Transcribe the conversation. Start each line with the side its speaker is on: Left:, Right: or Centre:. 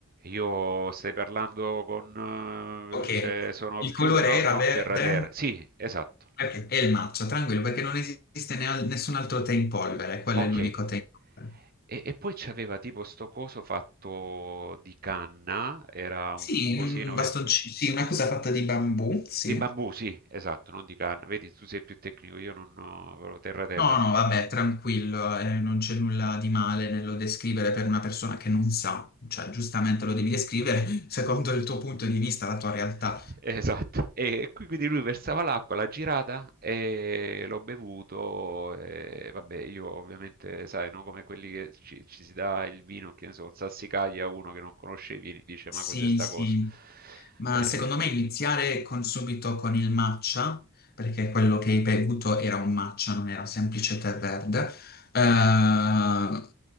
Right: Io stai parlando con...
Left: Ok,
Right: eh, cioè, sono
Left: il
Right: più...
Left: colore
Right: No,
Left: era
Right: non
Left: verde
Right: Terra Terra. Sì, esatto.
Left: perché è il matcha, tranquillo, perché non esiste ne al- nessun altro tè in polvere, quello
Right: Ok.
Left: è l'unico
Right: E,
Left: tè in polvere.
Right: e poi c'aveva tipo sto coso fatto di canna, era un
Left: Sì,
Right: cosino
Left: un
Right: che...
Left: bastoncino, sì, una cosa fatta di bambù, sì.
Right: Di bambù, sì, esatto, non di canna. Vedi, tu sei più tecnico, io non ho proprio terra terra.
Left: No, no, vabbè, tranquillo, eh, non c'è nulla di male nello descrivere per una persona che non sa, cioè giustamente lo devi descrivere <laughs> secondo il tuo punto di
Right: <laughs>
Left: vista, la tua realtà.
Right: Esatto. E qui quindi lui versava l'acqua, l'ha girata e l'ho bevuto. E vabbè, io ovviamente, sai, no, come quelli che ci, ci si dà il vino, che ne so, il sassicaglia a uno che non conosce i vini, dice
Left: Sì,
Right: ma cos'è sta
Left: sì.
Right: cosa?
Left: Ma
Right: Eh,
Left: secondo me iniziare con- subito con il matcha, perché quello che hai bevuto era un matcha, non era semplice tè verde, eh,